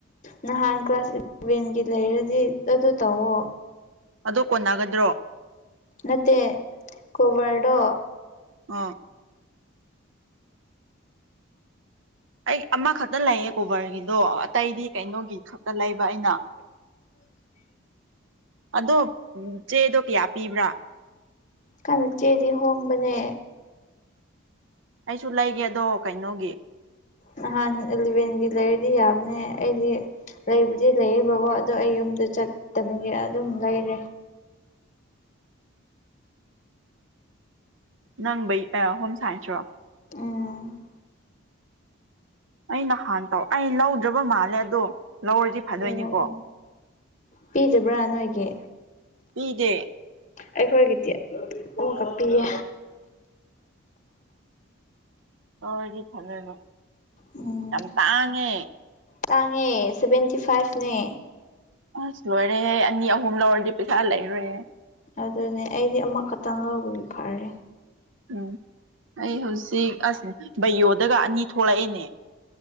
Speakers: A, on the left; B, on the right.
A: ꯅꯍꯥꯟ ꯀ꯭ꯂꯥꯁ ꯏꯂꯚꯦꯟꯒꯤ ꯂꯩꯔꯗꯤ ꯑꯗꯨ ꯇꯧꯋꯣ
B: ꯑꯗꯨ ꯀꯣꯟꯅꯒꯗ꯭ꯔꯣ
A: ꯅꯠꯇꯦ ꯀꯣꯕꯔꯗꯣ
B: ꯑ ꯑꯩ ꯑꯃꯈꯠꯇ ꯂꯩꯌꯦ ꯀꯣꯕꯔꯒꯤꯗꯣ ꯑꯇꯩꯗꯤ ꯀꯩꯅꯣꯒꯤ ꯈꯛꯇ ꯂꯩꯕ ꯑꯩꯅ
A: <unintelligible>
B: ꯑꯗꯣ ꯆꯦꯗꯣ ꯀꯌꯥ ꯄꯤꯕ꯭ꯔꯥ
A: ꯈꯪ ꯆꯦꯗꯤ ꯍꯣꯡꯕꯅꯦ
B: ꯑꯩꯁꯨ ꯂꯩꯒꯦ ꯑꯗꯣ ꯀꯩꯅꯣꯒꯤ
A: ꯅꯍꯥꯟ ꯑꯦꯂꯚꯦꯟꯒꯤ ꯂꯩꯔꯗꯤ ꯌꯥꯕꯅꯦ ꯑꯩꯗꯤ ꯂꯩꯕꯨꯗꯤ ꯂꯩꯌꯦꯕꯀꯣ ꯑꯗꯣ ꯑꯩ ꯌꯨꯝꯗ ꯆꯠꯇꯕꯒꯤ ꯑꯗꯨꯝ ꯂꯩꯔꯦ
B: ꯅꯪ ꯕꯩ ꯑꯥ ꯍꯣꯝ ꯁꯥꯏꯟꯁꯔꯣ
A: ꯑꯣ
B: ꯑꯩ ꯅꯍꯥꯟ ꯇꯧ ꯑꯩ ꯂꯧꯗ꯭ꯔꯕ ꯃꯥꯜꯂꯦ ꯑꯗꯣ ꯂꯧꯔꯗꯤ ꯐꯗꯣꯏꯅꯤꯀꯣ
A: ꯑꯣ ꯑꯣ ꯄꯤꯗꯕ꯭ꯔꯥ ꯅꯣꯏꯒꯤ
B: ꯄꯤꯗꯦ
A: ꯑꯩꯈꯣꯏꯒꯤꯗꯤ ꯑꯃꯥ ꯈꯛ ꯄꯤꯌꯦ
B: ꯑꯣ ꯑꯩꯗꯤ ꯐꯪꯉꯦꯟꯕ
A: ꯎꯝ
B: ꯌꯥꯝ ꯇꯥꯡꯉꯦ
A: ꯇꯥꯡꯉꯦ ꯁꯚꯦꯟꯇꯤ ꯐꯥꯏꯐꯅꯦ
B: ꯑꯁ ꯂꯣꯏꯔꯦꯍꯦ ꯑꯅꯤ ꯑꯍꯨꯝ ꯂꯧꯔꯗꯤ ꯄꯩꯁꯥ ꯂꯩꯔꯣꯏꯍꯦ
A: ꯑꯗꯨꯅꯦ ꯑꯩꯗꯤ ꯑꯃꯈꯛꯇꯪ ꯂꯧꯕꯒꯤ ꯐꯔꯦ
B: ꯎꯝ ꯑꯩ ꯍꯧꯖꯤꯛ ꯑꯁ ꯕꯩꯌꯣꯗꯒ ꯑꯅꯤ ꯊꯣꯛꯂꯛꯑꯦꯅꯦ